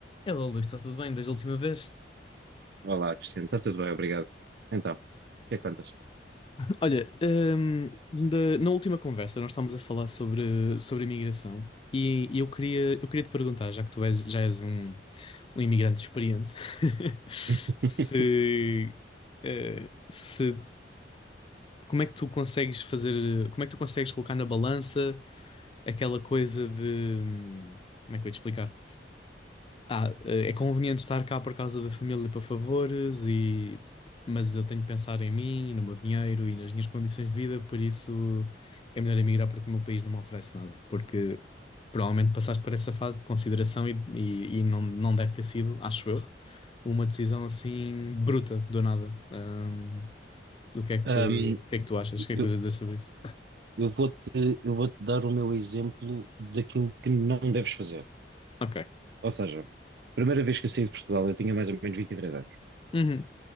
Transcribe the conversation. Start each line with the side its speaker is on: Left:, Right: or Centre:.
Left: Hello, Luís, está tudo bem desde a última vez?
Right: Olá, Cristiano. Está tudo bem, obrigado. Então, o que é que contas?
Left: Olha, hum, da- na última conversa nós estávamos a falar sobre, sobre imigração e, e eu queria, eu queria te perguntar, já que tu és, já és um, um imigrante experiente, <laughs>
Right: <laughs>
Left: se, eh, se como é que tu consegues fazer, como é que tu consegues colocar na balança aquela coisa de, hum, como é que eu ia te explicar? Ah, eh, é conveniente estar cá por causa da família para favores e mas eu tenho que pensar em mim, no meu dinheiro e nas minhas condições de vida, por isso é melhor emigrar porque o meu país não me oferece nada, porque provavelmente passaste por essa fase de consideração e, e, e não, não deve ter sido, acho eu, uma decisão assim bruta, do nada. Ahm, o que é
Right: Ahm,
Left: que, o que é que tu achas? O que é
Right: eu,
Left: que tens a dizer sobre isso?
Right: eu vou-te, eu vou-te dar o meu exemplo daquilo que não deves fazer.
Left: Ok.
Right: Ou seja, primeira vez que eu saí de Portugal, eu tinha mais ou menos 23 anos.
Left: Uhum,